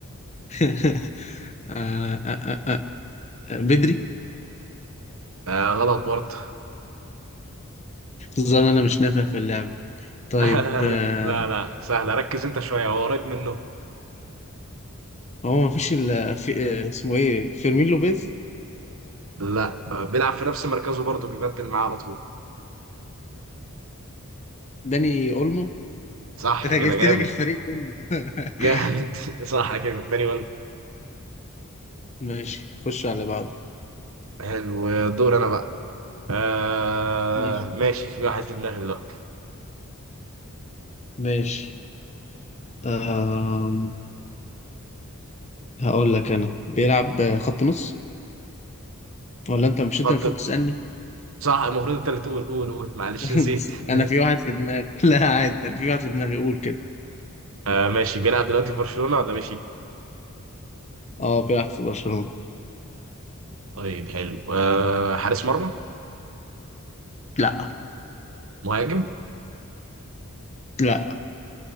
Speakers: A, on the left (about 30°); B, on the right (about 65°).
A: آه آه آه آه آه، بدري
B: آه غلط برضه
A: ظن انا مش نافع في اللعبة طيب
B: <laughs>
A: آه
B: لا لا سهلة ركز انت شوية هو قريب منه
A: هو مفيش الا في آه اسمه ايه فيرمين لوبيز
B: لا بيلعب في نفس مركزه برضه بيبدل معاه على طول
A: داني اولمو
B: صح
A: انا
B: كده
A: جبت
B: جامد
A: لك الفريق كله <laughs>
B: جامد <laughs> صح كده داني
A: ماشي خش على بعض
B: حلو دور انا بقى آه
A: ماشي
B: ماشي في واحد في دماغي دلوقتي
A: ماشي آه هقول لك انا بيلعب خط نص ولا انت مش انت
B: حط
A: المفروض تسألني
B: صح المفروض انت اللي تقول قول قول معلش
A: <laughs>
B: نسيت <laughs>
A: انا في واحد في دماغي <laughs> لا عادي أنا في واحد في دماغي قول كده
B: آه ماشي بيلعب دلوقتي في برشلونة ولا ماشي
A: اه بيلعب في برشلونة
B: طيب حلو آه حارس مرمى
A: لا
B: مهاجم
A: لا